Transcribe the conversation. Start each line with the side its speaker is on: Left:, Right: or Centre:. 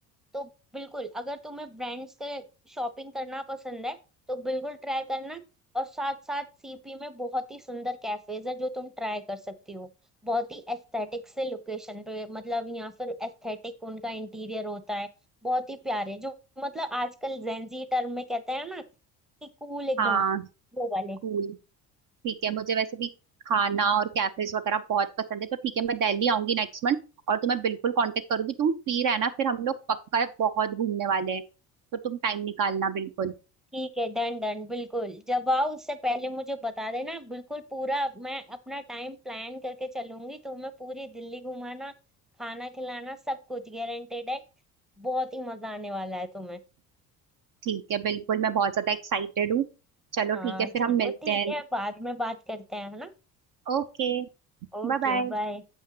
Centre: तो बिल्कुल अगर तुम्हें ब्रांड्स के शॉपिंग करना पसंद है तो बिल्कुल ट्राई करना और साथ साथ सीपी में बहुत ही सुंदर कैफेज है जो तुम ट्राई कर सकती हो बहुत ही एस्थेटिक से लोकेशन पे मतलब यहाँ पर एस्थेटिक उनका इंटीरियर होता है बहुत ही प्यारे जो मतलब आजकल जेंजी टर्म में कहते हैं ना कि कूल एकदम
Right: हाँ
Centre: वो
Right: स्कूल
Centre: वाले
Right: ठीक है मुझे वैसे भी खाना और कैफेज वगैरह बहुत पसंद है तो ठीक है मैं दिल्ली आऊंगी नेक्स्ट मंथ और तुम्हें बिल्कुल कांटेक्ट करूंगी तुम फ्री रहना फिर हम लोग पक्का बहुत घूमने वाले हैं तो तुम टाइम निकालना बिल्कुल
Centre: ठीक है डन डन बिल्कुल जब आओ उससे पहले मुझे बता देना बिल्कुल पूरा मैं अपना टाइम प्लान करके चलूंगी तुम्हें पूरी दिल्ली घुमाना खाना खिलाना सब कुछ गारंटेड है बहुत ही मजा आने वाला है तुम्हें
Right: ठीक है बिल्कुल मैं बहुत ज्यादा एक्साइटेड हूँ चलो
Centre: हाँ
Right: ठीक है
Centre: चलो
Right: फिर हम मिलते
Centre: ठीक
Right: हैं
Centre: है बाद में बात करते हैं है ना
Right: ओके
Centre: Okay
Right: Bye bye
Centre: bye